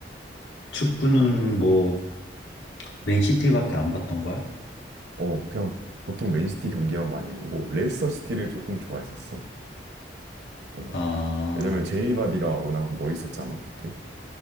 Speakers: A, on the left; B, on the right.
A: 축구는 뭐 맨시티밖에 안 봤던 거야?
B: 어, 그냥 보통 맨시티 경기만 많이 보고 레이스터 시티를 조금 좋아했었어. 어.
A: 아,
B: 왜냐면 제이미 바디가 워낙 멋있었잖아 그때.